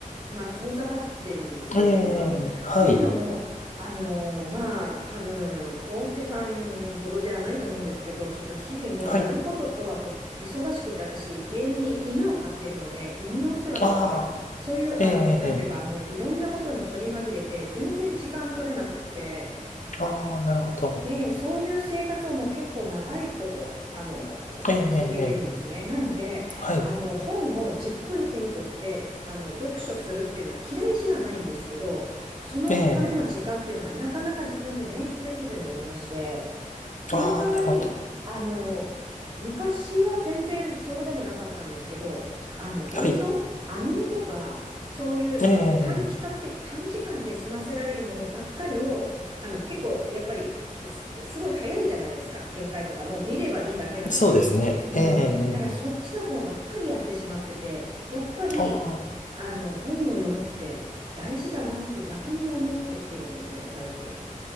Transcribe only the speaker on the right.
まあ、遠ざかってるんですよ、
今。
というのも、あのーまあ、多分、康介さんほどじゃないと思うんですけど、ちょっと日々もうやることと、
あと、忙しくて、私、家に犬を飼ってるので、犬のお世話とか、
そういう、あの、
なんていうか、もういろんなことに取り紛れて、全然時間取れなくって、
で、そういう生活をもう結構長いこと、あの、
続けてるんですね。なので、
あの、本をじっくり手に取って、あの、読書するっていうのは嫌いじゃないんですけど、そのための時間っていうのがなかなか自分で捻出できずにおりまして、
その代わり、
あの、昔は全然そうでもなかったんですけど、あの、映像、
アニメとか、そういう短、
比較的短時間で済ませられるものばっかりを、あの、結構、やっぱり、す、すごい早いじゃないですか、展開とか。もう見ればいいだけなので。
うん。
だからそっちの方ばっかりやってしまってて、やっぱり、
あの、本を読むって大事だなって逆に思ってきてるんですね、最近。